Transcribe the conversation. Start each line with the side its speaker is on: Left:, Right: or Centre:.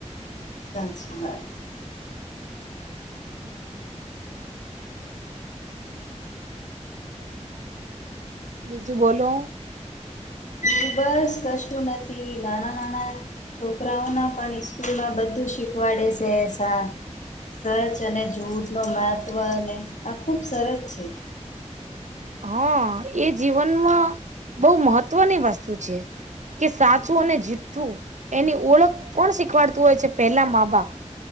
Left: સાચી વાત
Right: બીજું બોલો?
Left: બિજુ બસ કશું નથી નાના નાના છોકરાઓના પણ સ્કૂલ માં બધું શીખવાસે સા સચ અને જૂઠ નો મહત્વ અને આ ખુબ સરસ છે.
Right: હા એ જીવનમાં બહુ મહત્વની વસ્તુ છે. કે સાચું
Left: હમ
Right: અને જીઠ્ઠું એની ઓળખ કોણ શીખવાડતું હોય છે પેલા મા-બાપ